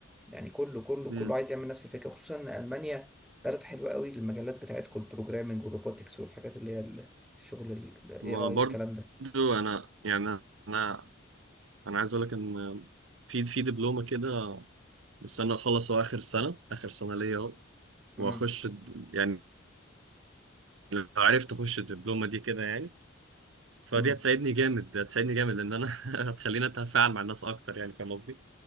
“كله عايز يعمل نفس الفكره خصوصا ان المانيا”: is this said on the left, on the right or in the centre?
Centre